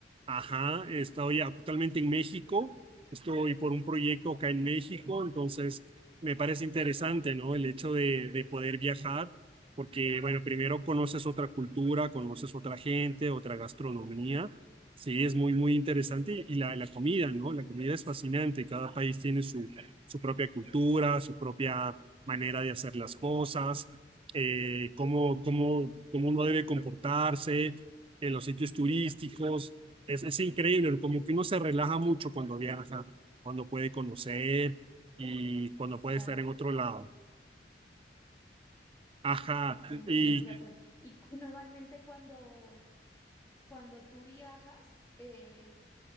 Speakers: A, on the right; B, on the left.
A: ajá, estoy actualmente en México, estoy por un proyecto acá en México, entonces me parece interesante, ¿no? El hecho de, de poder viajar, porque bueno, primero conoces otra cultura, conoces otra gente, otra gastronomía. Sí, es muy, muy interesante y la, la comida, ¿no? La comida es fascinante, cada país tiene su su propia cultura, su propia manera de hacer las cosas, eh, cómo, cómo, cómo uno debe comportarse en los sitios turísticos. Es, es increíble, ¿no? como que uno se relaja mucho cuando viaja, cuando puede conocer y
B: Eh,
A: cuando
B: Exacto,
A: puede estar en otro lado. Ajá.
B: sí,
A: Y
B: tienes razón. Y cu- normalmente cuando, cuando tú viajas, eh,